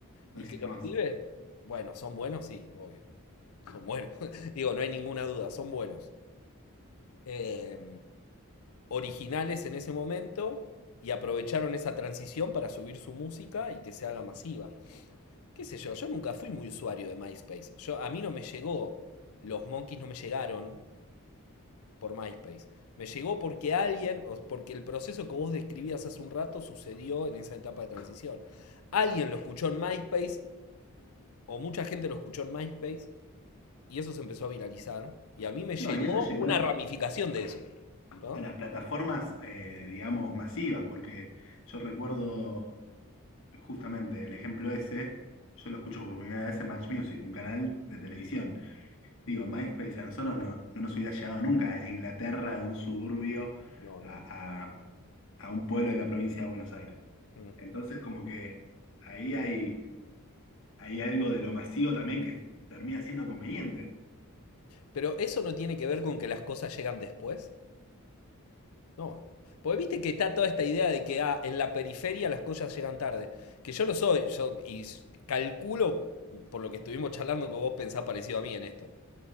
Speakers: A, on the left; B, on the left.
A: No
B: Y
A: existe
B: que los
A: más.
B: pibes, bueno, son buenos, sí, obvio. Son buenos. <laughs> Digo, no hay ninguna duda, son buenos. Eh, originales en ese momento y aprovecharon esa transición para subir su música y que se haga masiva. ¿Qué sé yo? Yo nunca fui muy usuario de MySpace. Yo, a mí no me llegó, los monkeys no me llegaron por MySpace. Me llegó porque alguien, o porque el proceso que vos describías hace un rato sucedió en esa etapa de transición. Alguien lo escuchó en MySpace, o mucha gente lo escuchó en MySpace, Y eso se empezó a viralizar. Y a mí me llegó
A: No, y eso llegó
B: una
A: a las,
B: ramificación de eso. ¿No?
A: a las plataformas, eh, digamos, masivas, porque yo recuerdo justamente el ejemplo ese, yo lo escucho por primera vez en Match Music, un canal de televisión. Digo, MySpace a nosotros no, no nos hubiera llegado nunca desde Inglaterra, de un suburbio
B: No,
A: a,
B: no.
A: a- a un pueblo de la provincia de Buenos Aires.
B: Mm.
A: Entonces, como que ahí hay, hay algo de lo masivo también que termina siendo conveniente.
B: Pero eso no tiene que ver con que las cosas llegan después. No. Porque viste que está toda esta idea de que ah, en la periferia las cosas llegan tarde. Que yo lo soy, yo y s- calculo, por lo que estuvimos charlando, que vos pensás parecido a mí en esto.